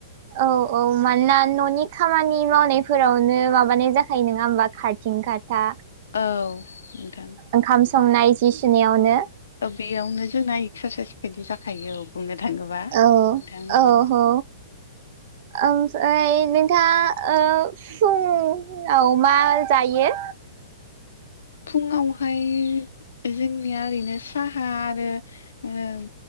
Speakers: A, on the right (about 50°); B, on the left (about 85°).
A: औ औ मानोना न'नि खामानि मावनायफोरावनो माबानाय जाखायो नों आ होमबा खारथिं खाथा
B: औ नोंथां
A: ओंखाम संनाय जि सुनायावनो।
B: बेयावनो जोंना एक्सारसाइस बायदि जाखायो औ बुंनो थाङोबा।
A: औ
B: नोंथां
A: औ ओमफ्राय नोंथाङा ओ फुंआव मा जायो?
B: फुङावहाय जोंनिया ओरैनो साहा आरो ओम